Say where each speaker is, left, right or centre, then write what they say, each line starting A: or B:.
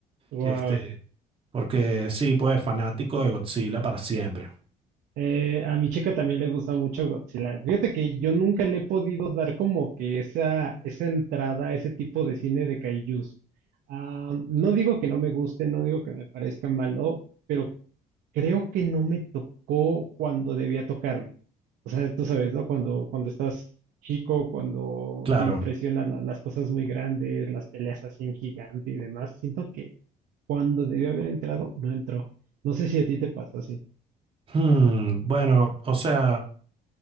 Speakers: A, on the right; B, on the right.
A: Wow.
B: este, porque sí, pues fanático de Godzilla para siempre.
A: Eh, a mi chica también le gusta mucho Godzilla. Fíjate que yo nunca le he podido dar como que esa, esa entrada a ese tipo de cine de kaijus. Ah, no digo que no me guste, no digo que me parezca malo, pero creo que no me tocó cuando debía tocarme. O sea, tú sabes, ¿no? Cuando, cuando estás chico, cuando
B: Claro,
A: te impresionan la- las cosas muy grandes, las peleas así en gigante y demás, siento que cuando debía haber entrado, no entró. No sé si a ti te pasó así.
B: Hmm, bueno, o sea,